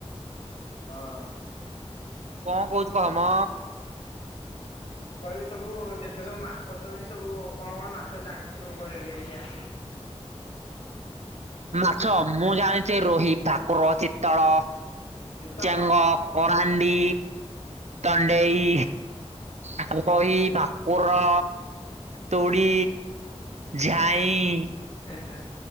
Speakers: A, on the left; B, on the right.
A: ହଁ।
B: କଣ କହୁଛୁ କହ ମ?
A: କହିଲୁ ସବୁ ଯେତେ ସବୁ ମାଛ ଅଛନ୍ତି ସବୁ କଣ କଣ ମାଛ ଜାଣିଛୁ ସବୁ କହିକୁ ଟିକେ ଦେଖିଆ।
B: ମାଛ ମୁଁ ଜାଣିଛି ରୋହି ଭାକୁର ଶୀତଳ
A: ଚିତଳ
B: ଚେଙ୍ଗ କରାଣ୍ଡି ତଣ୍ଡେଇ ଆ ରୋହି ଭାକୁର। ତୋଡି ଝାଇଁ।
A: ହେ ହେ